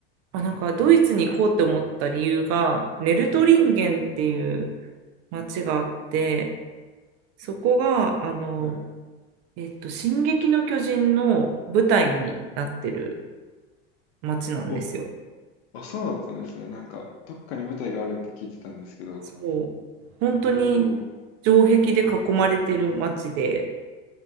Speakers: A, on the right; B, on the left.
A: あ、なんかドイツに行こうって思った理由が、ネルトリンゲンっていう
B: はい、
A: 町があって、そこが、あの、
B: はい。
A: えっと、進撃の巨人の舞台になってる町なんですよ。
B: お、あ、そうだったんですね。なんか、どっかに舞台があるって聞いてたんですけど。
A: そう。本当に
B: おお、
A: 城壁で囲まれてる町で、